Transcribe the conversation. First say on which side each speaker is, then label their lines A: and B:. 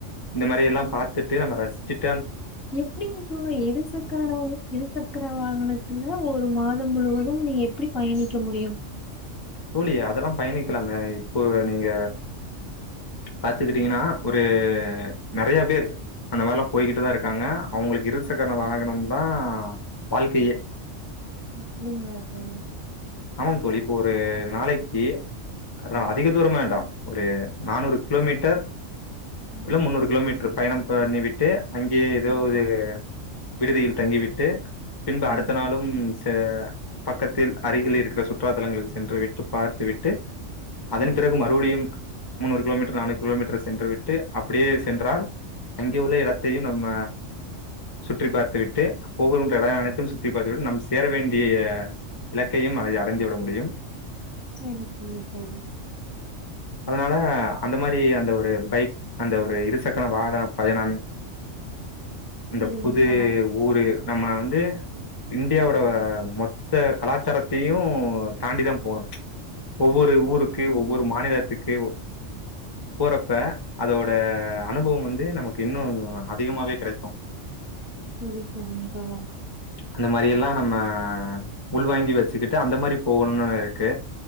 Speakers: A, on the left; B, on the left.
A: இந்த மாரி எல்லா பாத்திட்டு நம்ம ரசிச்சிட்டு
B: எப்டிங்க தோழா இருசக்கர இருசக்கர வாகனத்துல ஒரு மாதம் முழுவதும் நீ எப்படி பயணிக்க முடியும்
A: தோழி அதெல்லா பயணிக்கலாம்ங்க இப்போ நீங்க பாத்துக்கீட்டீங்கன்னா ஒரு நெறைய பேர் அந்த மாரிலாம் போய்கிட்டு தா இருக்காங்க அவங்களுக்கு இருசக்கர வாகனம்
B: ம்.
A: தா வாழ்க்கையே
B: அப்டிங்களா தோழா
A: ஆமாம் தோழி இப்போ ஒரு நாளைக்கு
B: ம்,
A: அதிக தூரம் வேண்டாம் ஒரு நானூறு கிலோமீட்டர்
B: ம்,
A: இல்ல முன்னூறு கிலோமீட்டர் பயணம் பண்ணி விட்டு அங்கயே ஏதாவது
B: ஆ.
A: விடுதியில் தங்கிவிட்டு பின்பு
B: ம்,
A: அடுத்த நாளும் ஹ பக்கத்தில் அருகில் இருக்கிற சுற்றுா தலங்களுக்கு சென்று விட்டு பார்த்து விட்டு அதன்
B: ம்.
A: பிறகு மறுபடியும் முன்னூறு கிலோமீட்டர் நானூறு கிலோமீட்டர் சென்று விட்டு அப்படியே சென்றால் அங்கே உள்ள இடத்தையும் நம்ம சுற்றி பார்த்து விட்டு போகின்ற இடம் அனைத்தும் சுற்றி பார்த்து விட்டு நம் சேர வேண்டிய இலக்கையும் அதை அடைந்துவிட முடியும்
B: சரி, சரி தோழா.
A: அதனால அந்த மாதிரி அந்த ஒரு பைக் அந்த ஒரு இருசக்கன வாகன பயணம் அந்த
B: சரிங்க
A: புது
B: தோழா.
A: ஊரு நம்ம வந்து இந்தியாவோட மொத்த கலாச்சாரத்தையு தாண்டி தா போணு ச்ச் ஒவ்வொரு ஊர் இருக்கு
B: ஆ.
A: ஒவ்வொரு மாநிலத் <unintelligible> போறப்ப அதோட அனுபவம் வந்து நமக்கு இன்னு அதிகமாவே கெடைக்கு
B: சரி, சரிங்க தோழா.
A: அந்த மாரி எல்லா நம்ம அ உள்வாங்கி வச்சுக்கிட்டு அந்த மாரி போகணுனு இருக்கு